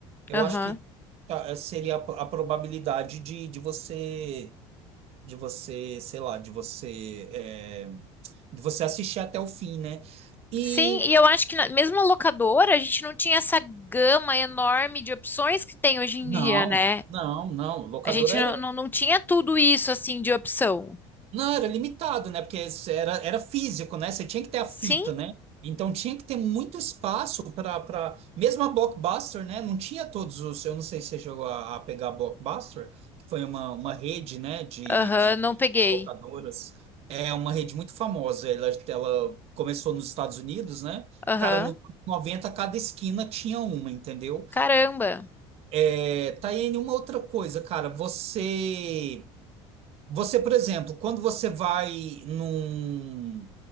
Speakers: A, on the right (about 55°); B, on the left (about 15°).
A: eu
B: aham.
A: acho que tá, seria a, a probabilidade de, de você de você, sei lá, de você, é, de você assistir até o fim, né? E
B: Sim, e eu acho que na- mesmo a locadora, a gente não tinha essa gama enorme de opções que tem hoje em
A: não,
B: dia, né?
A: não, não. Locadora
B: A gente não,
A: era
B: não, não tinha tudo isso assim de opção.
A: Não, era limitado, né? Porque isso era, era físico, né? Você tinha que ter a
B: Sim?
A: fita, né? Então tinha que ter muito espaço para para mesmo a Blockbuster, né? Não tinha todos os. Eu não sei se você chegou a, a pegar a Blockbuster, que foi uma, uma rede, né? De,
B: Aham,
A: de
B: não peguei.
A: locadoras. É uma rede muito famosa. Ela, ela começou nos Estados Unidos, né?
B: Aham.
A: Cara, nos anos 90, cada esquina tinha uma, entendeu?
B: Caramba.
A: É, Taiane, uma outra coisa, cara. Você. Você, por exemplo, quando você vai num.